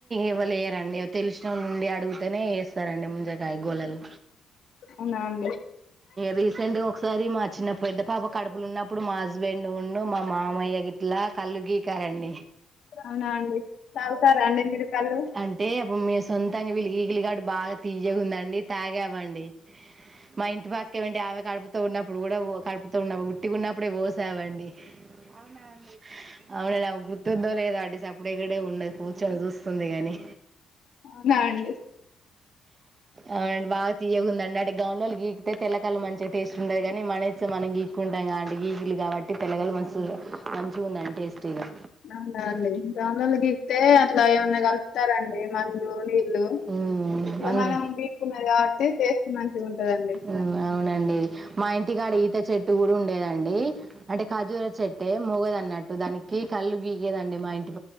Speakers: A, on the right; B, on the left.
A: ఇవ్వలేరండి తెలుసు నుండి అడుగుతనే వేస్తారండి ముంజకాయ గోళలు
B: అవునా అండి
A: రీసెంట్గా ఒకసారి మా చిన్న పెద్ద పాప కడుపులున్నప్పుడు మా హస్బెండ్ ఉన్ను మా మావయ్య గిట్లా కల్లు గీకారండి
B: అవునా అండి తాగుతారా అండి మీరు కళ్ళు
A: అంటే అప్పుడు మేం సొంతంగ విలిగి పిల్లగాడు బాగా తీయగుందండి తాగామండి మా ఇంటి పక్కే మంటే ఆమె కడుపుతో ఉన్నప్పుడు కూడ కడుపుతో ఉన్న ఉట్టి ఉన్నప్పుడే పోసావండి అవునా అండి అవునండి ఆమె గుర్ తుందో లేదో అండి అప్పుడిక్కడే ఉండే కూర్చొని చూస్తుంది గాని
B: అవునా అండి
A: అవునండి బాగ తీయగ ఉంది అండి అంటే గౌన్లోన్లు గీగికితే తెల్లకాయలు మంచిగా టేస్ట్ ఉండది కానీ మనీఇచ్చి మనం గీక్కుంటాం గా అండి గీకిలు కాబట్టి టిఫెన్ <unintelligible> మస్తు మంచిగ ఉందండి టేస్టీగా
B: అవునా అండి గౌన్లోన్లు గీకితే అట్లా ఏమన్నా కలుపుతారండి మందు నీళ్ళు
A: మ్మ్
B: ఇలా
A: అందు
B: మనం గీక్కున్నది కాబట్టి టేస్ట్ మంచిగ ఉంటదండి
A: మ్మ్ అవునండి మా ఇంటికి ఆడ ఈత చెట్టు కూడ ఉండేదండి అంటే ఖజూర చెట్టే మొగది అన్నట్టు దానికి కల్లు గీగేదండి మా ఇంటి